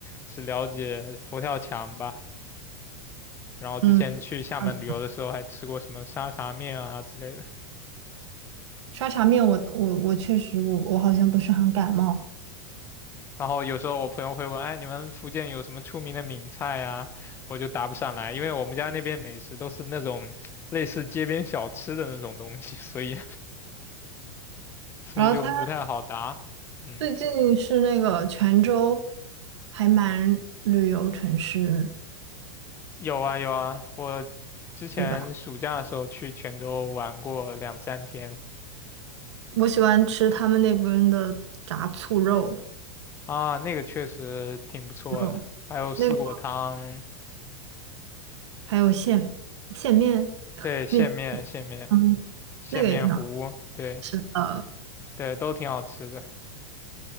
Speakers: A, on the left; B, on the right.
A: 只了解佛跳墙吧。然后之前去厦门旅游的时候，
B: 嗯，好的。
A: 还吃过什么沙茶面啊之类的。
B: 沙茶面我我我确实我我好像不是很感冒。
A: 然后有时候我朋友会问，哎，你们福建有什么出名的闽菜呀？我就答不上来，因为我们家那边美食都是那种类似街边小吃的那种东西，所以 <laughs> 所以就不太好答。
B: 然后他。
A: 嗯，
B: 最近是那个泉州，还蛮旅游城市，
A: 有啊有啊，我之前暑假的时候去泉州玩过两三天
B: 对吧？我喜欢吃他们那边的炸醋肉
A: 啊，那个确实挺不错的，
B: 肉，
A: 还有四果汤，
B: 那个还有线线面
A: 对，线面线面
B: 面，嗯，
A: 线面糊，
B: 那个也挺好
A: 对
B: 吃的。
A: 对，都挺好吃的，